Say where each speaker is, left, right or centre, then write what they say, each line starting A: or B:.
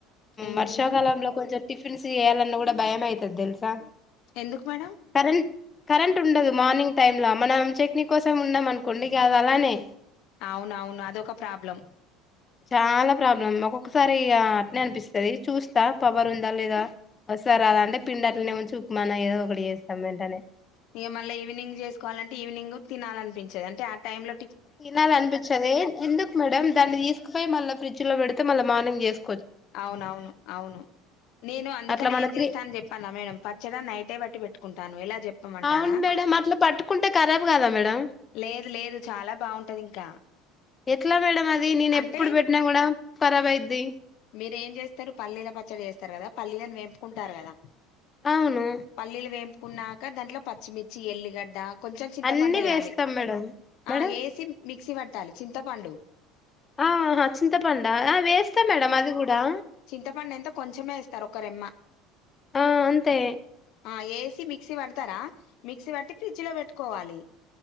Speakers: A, on the left; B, on the left.
A: ఏంటి
B: వర్షాకాలంలో
A: మేడం
B: కొంచెం టిఫిన్స్ చేయాలన్న కూడా భయం అయితది తెలుసా
A: ఎందుకు మేడం
B: కరెంట్ కరెంట్ ఉండదు మార్నింగ్ టైమ్ ల మనం చట్నీ కోసం ఉన్నం అనుకోండి ఇగ అది అలానే
A: అవునవును అదొక ప్రాబ్లం
B: చాలా ప్రాబ్లం ఒక్కొక్కసారి ఇగ అట్నే అనిపిస్ చూస్తా పవర్ ఉందా లేదా వస్తాదా రాదా అంటే పిండట్లునే ఉంచి ఉక్మ ఏదో ఒక చేస్థం వెంటనే
A: ఇగ మళ్ళ ఈవినింగ్ చేసుకోవాలంటే ఈవినింగ్ తినాలనిపించది అంటే ఆ టైమ్ ల
B: తినాలి అనిపించది ఎందుకు మేడమ్ దాన్ని తీసుకుపోయి మళ్ళీ ఫ్రిడ్జ్ లో పెడితే మళ్ళీ మానింగ్ చేస్
A: అవునవును అవును నేను అందుకనే
B: అట్లా మన
A: ఏం
B: త్రీ
A: చేస్తానని చెప్పను మేడం పచ్చడా నైటే బట్టి పెట్టుకుంటాను ఎలా చెప్పమంటారా
B: అవును మేడం అట్లా పట్టుకుంటే కరాబ్ కదా మేడం
A: లేదు లేదు చాలా బాగుంటది ఇంకా
B: ఎట్లా మేడం అది నేను
A: అంటే
B: ఎప్పుడు పెట్టినా కూడా పరాబైద్ది
A: మీరేం చేస్తారు పల్లీల పచ్చడి చేస్తారు కదా పల్లీలను వెంపుకుంటారు కదా
B: అవును
A: పల్లీలు వేంపుకున్నాక దాంట్లో పచ్చిమిర్చి ఎల్లిగడ్డా కొంచెం చింతపండు
B: అన్ని
A: వేయాలి
B: వేస్తాం మేడం మేడం
A: ఆ వేసి మిక్సీ పట్టాలి చింతపండు
B: ఆహ చింతపడా ఆ వేస్తా మేడం అది కూడా
A: చింతపండు ఎంత కొంచమే వేస్తారు ఒక రెమ్మ
B: ఆ అంతే
A: ఆ ఏ మిక్సీ పడతారా మిక్సీ పట్టి ఫ్రిడ్జ్ లో పెట్టుకోవాలి